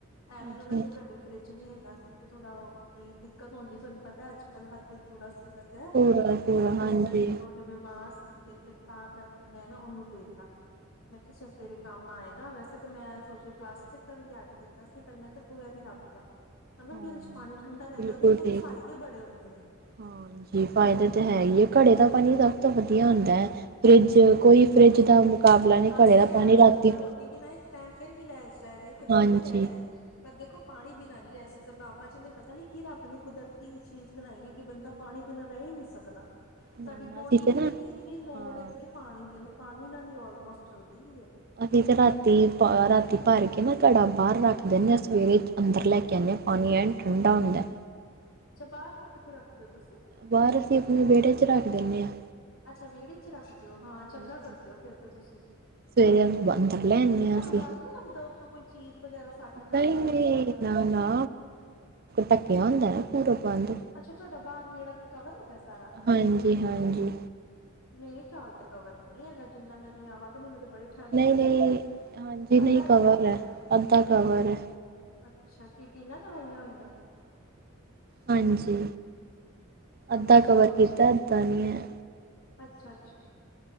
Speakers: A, on the left (about 85°); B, on the right (about 50°).
A: ਐਵੇਂ
B: ਅੱਛਾ
A: ਨਾ ਉਹਨਾਂ ਦੇ
B: ਅੱਛਾ
A: ਘਰੇ ਫਰਿੱਜ ਨਈ ਹੈਗਾ ਇਸ ਕਰਕੇ ਥੋੜ੍ਹਾ ਦਿੱਕਤ ਹੁੰਦੀ ਸੀ ਤੁਹਾਨੂੰ ਪਤਾ ਅੱਜ ਕੱਲ ਹਰ। ਕੋਈ ਕੂੜਾ ਸੁੱਟਦਾ ਹੈ
B: ਪੂਰਾ ਪੂਰਾ
A: ਤੇ
B: ਹਾਂਜੀ
A: ਹਸਬੈਂਡ। ਬਿਮਾਰ ਸੀਗੇ ਫਿਰ ਤਾਂ ਕਰਕੇ ਮੈਂ ਨਾ ਉਹਨੂੰ ਦੇਤਾ ਮੈਂ ਕਿਹਾ। ਤੇਰੇ ਕੰਮ ਆਏਗਾ। ਵੈਸੇ ਤਾਂ ਮੈਂ ਸੋਚ ਪਲਾਸਟਿਕ ਦਾ ਵੀ ਲਿਆ ਕੇ ਦਿੱਤਾ ਸੀ। ਪਰ ਮੈਂ ਕਿਹਾ ਤੂੰ ਇਹ ਵੀ ਰੱਖ ਲੈ। ਹੈ ਨਾ
B: ਹਾਂ
A: ਫਿਰ ਉਸ ਵਿੱਚ ਪਾਣੀ ਠੰਡਾ ਰਹਿੰਦਾ
B: ਬਿਲਕੁਲ
A: ਉਹ ਉਹਦੇ
B: ਠੀਕ
A: ਫਾਇਦੇ ਬੜੇ ਹੁੰਦੇ ਨੇ।
B: ਹਾਂਜੀ ਫਾਇਦੇ ਤਾਂ ਹੈ ਹੀ ਹੈ। ਘੜੇ ਦਾ ਪਾਣੀ ਸਭ ਤੋਂ ਵਧੀਆ ਹੁੰਦਾ ਹੈ। ਫਰਿੱਜ ਕੋਈ ਫਰਿੱਜ
A: ਹਾਂ
B: ਦਾ ਮੁਕਾਬਲਾ ਨਹੀਂ
A: ਅੱਜ
B: ਘੜੇ
A: ਦੇ
B: ਦਾ
A: ਟਾਈਮ
B: ਪਾਣੀ ਰਾਤੀ।
A: ਚ ਬੰਦਾ ਰੋਟੀ ਬਿਨਾ ਇੱਕ ਟਾਈਮ ਫੇਰ ਵੀ ਰਹਿ ਜਾਏ ਇੱਕ ਦਿਨ
B: ਹਾਂਜੀ
A: ਵੀ ਰਹਿ ਜਾਏ ਪਰ ਦੇਖੋ ਪਾਣੀ ਬਿਨਾਂ ਨਹੀਂ ਰਹਿ ਸਕਦਾ। ਤੇ ਬਾਬਾ ਜੀ ਨੇ ਪਤਾ ਨੀ ਕੀ ਰੱਬ ਨੇ ਕੁਦਰਤ। ਚੀਜ਼ ਬਣਾਈਏ ਕਿ ਬੰਦਾ ਪਾਣੀ ਬਿਨਾਂ ਰਹਿ ਹੀ ਨਹੀਂੀ ਸਕਦਾ
B: ਨਾ
A: ਸਾਡੀ
B: ਨਾ
A: ਬੋਡੀ
B: ਅਸੀਂ ਤੇ
A: ਵੀ
B: ਨਾ
A: ਕਹਿੰਦੀ। ਲੋੜ
B: ਹਾਂ
A: ਹੈਗੀ ਹੈ ਪਾਣੀ ਦੇ ਨੂੰ ਪਾਣੀ ਨਾਲ ਦੀ ਆਲਮੋਸਟ ਚੱਲਦੀ ਵੀਈ ਹੈ।
B: ਅਸੀਂ ਤੇ ਰਾਤੀ ਰਾਤੀ ਭਰ ਕੇ ਨਾ ਘੜਾ ਬਾਹਰ ਰੱਖ ਦਿੰਦੇ ਹਾਂ ਸਵੇਰੇ। ਅੰਦਰ ਲੈ ਕੇ ਆਨੇ ਪਾਣੀ ਐਨ ਠੰਡਾ ਹੁੰਦਾ ਹੈ
A: ਅੱਛਾ ਬਾਹਰ ਕਿੱਥੇ ਕੋ ਰੱਖਦੇ ਹੋ ਤੁਸੀਂ।
B: ਬਾਹਰ ਅਸੀਂ ਆਪਣੇ ਵਿਹੜੇ ਚ ਰੱਖ ਦਿੰਦੇ ਹਾਂ।
A: ਅੱਛਾ, ਵਿਹੜੇ ਚ ਰੱਖਦੇ ਓ ਹਾਂ ਚੰਗਾ
B: ਹੋਰ
A: ਕਰਦੇ ਓ ਫਿਰ ਤਾਂ ਤੁਸੀਂ।
B: ਸਵੇਰੇ ਅੰਦਰ ਲੈ ਆਉਂਦੇ
A: ਤੇ ਤੁਹਾਨੂੰ
B: ਹਾਂ ਅਸੀਂ
A: ਡਰ ਨੀ ਲੱਗਦਾ ਉੱਤੋਂ ਕੋਈ ਚੀਜ਼ ਵਗੈਰਾ ਸੱਟ ਜਾਣਗੇ
B: ਨਹੀਂ ਨਹੀਂ
A: ਮਤਲਬ।
B: ਨਾ- ਨਾ ਢੱਕਿਆ ਹੁੰਦਾ ਨਾ ਪੂਰਾ ਬੰਦ।
A: ਅੱਛਾ ਤੁਹਾਡਾ ਬਾਹਰ ਵਿਹੜਾ ਤੇ ਕਵਰ ਹੈਗਾ ਸਾਰਾ।
B: ਹਾਂਜੀ-ਹਾਂਜੀ,
A: ਮੇਰੇ ਖਿਆਲ ਤੇ ਕਵਰ ਨਹੀ ਹੈਗਾ ਜਿੰਨਾ ਮੈਨੂੰ ਯਾਦ ਨਹੀ ਮੈਂ ਬੜੇ। ਸ਼ਮ
B: ਨਹੀਂ-ਨਹੀਂ
A: ਪਹਿਲਾ ਆਈ
B: ਹਾਂਜੀ ਨਹੀਂ
A: ਅੱਧਾ ਅੱਧਾ
B: ਕਵਰ
A: ਹੋਣਾ
B: ਐ,
A: ਹੈ।
B: ਅੱਧਾ ਕਵਰ ਐ,
A: ਅੱਛਾ ਕੀ ਟੀਨਾ ਲਵਾਈਆਂ ਹੋਈਆ ਨੇ।
B: ਹਾਂਜੀ ਅੱਧਾ
A: ਅੱਛਾ
B: ਕਵਰ ਕੀਤਾ ਅੱਧਾ ਨਹੀਂ ਹੈ।
A: ਅੱਛਾ ਅੱਛਾ।